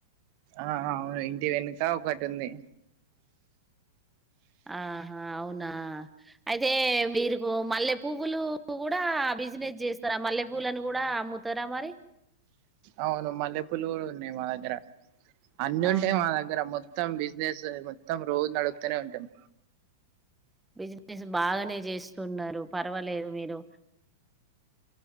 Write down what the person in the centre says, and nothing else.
ఆహా అవునా అయితే మీరుకు మల్లె పువ్వులు కూడా బిజినెస్ చేస్తారా మల్లె పువ్వులుని కూడా అమ్ముతారా మరి
అవునా
బిజినెస్ బాగానే చేస్తుూన్నారు పర్వాలేదు మీరు